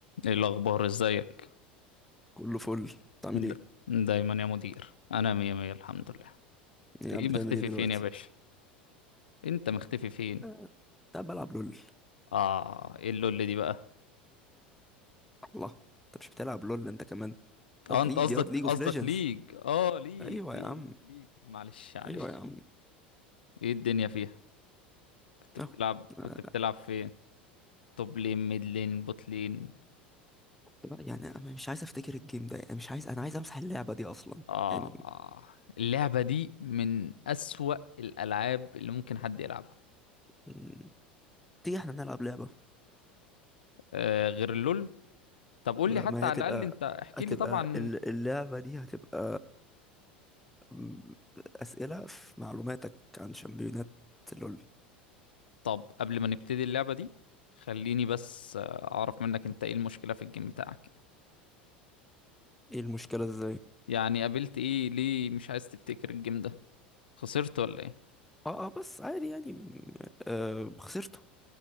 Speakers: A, on the left (about 70°); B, in the centre.
A: ايه الاخبار ازيك
B: كله فل انت عامل ايه؟
A: د- دايما يا مدير انا مية مية الحمد لله
B: ايه قاعد
A: ايه
B: بتعمل
A: مختفي
B: ايه دلوقتي؟
A: فين يا باشا انت مختفي فين
B: آه، كنت قاعد بلعب لول
A: اه ايه اللول دي بقى
B: الله انت مش بتلعب لول انت كمان
A: اه
B: ياض
A: انت
B: ليج
A: قصدك
B: ياض ليج
A: قصدك
B: اوف ليجندز
A: ليج اه ليج
B: ايوه
A: ليج
B: يا عم
A: ليج معلش معلش
B: ايوه يا عم
A: ايه الدنيا فيها كنت بتلعب
B: اهو
A: كنت
B: آه،
A: بتلعب فين توب لين ميد لين بوت لين
B: لا، يعني انا مش عايز افتكر الجيم ده يعني مش عايز انا عايز امسح اللعبه دي اصلا
A: اه
B: يعني
A: آه. اللعبة دي من اسوأ الالعاب اللي ممكن حد يلعبها
B: مم، تيجي احنا نلعب لعبه
A: آه غير اللول طب قول
B: لا
A: لي حتى
B: ما هي
A: على
B: هتبقى
A: الاقل انت احكي
B: هتبقى
A: لي طبعا
B: ال- اللعبه دي هتبقى مم، اسئله في معلوماتك عن شامبيونات لول
A: طب قبل ما نبتدي اللعبة دي خليني بس آه، أعرف منك أنت إيه المشكلة في الجيم بتاعك
B: ايه المشكله ازاي؟
A: يعني قابلت إيه ليه مش عايز تفتكر الجيم ده خسرت ولا إيه
B: اه اه بس عادي يعني م- آه خسرته